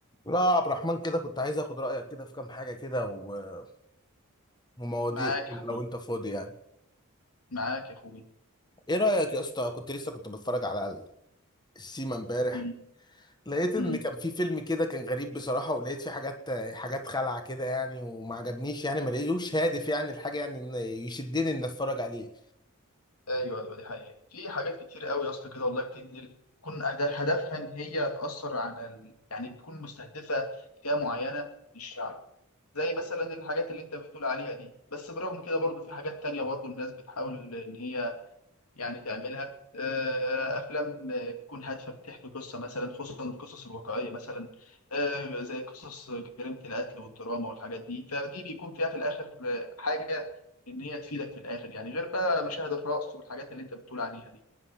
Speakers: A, on the left; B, on the left.
A: لا يا عبد الرحمن كده كنت عايز اخد رايك كده في كام حاجه كده و- ومواضيع
B: معاك يا
A: كده
B: حبيبي
A: لو انت فاضي يعني
B: معاك يا اخوي
A: ايه رايك يا اسطى كنت لسه كنت بتفرج على ال- السيما امبارح
B: مم.
A: لقيت
B: مم.
A: ان كان في فيلم كده كان غريب بصراحه ولقيت فيه حاجات حاجات خلعه كده يعني وما عجبنيش يعني ما لقيتوش هادف يعني الحاجه يعني إن يشدني ان اتفرج عليه
B: ايوه ايوه دي حقيقة في حاجات كتير قوي يا اسطى كده والله بتنزل تكون أهد- هدفها ان هي تأثر على ال... يعني بتكون مستهدفة فئة معينة من الشعب زي مثلا الحاجات اللي انت بتقول عليها دي بس برغم كده برضو في حاجات تانية برضو الناس بتحاول ان هي يعني تعملها آه، افلام بتكون هادفه بتحكي قصه مثلا خصوصا القصص الواقعيه مثلا آه، زي قصص جريمه القتل والدراما والحاجات دي فدي بيكون فيها في الاخر حاجه ان هي تفيدك في الاخر يعني غير بقى مشاهد الرقص والحاجات اللي انت بتقول عليها دي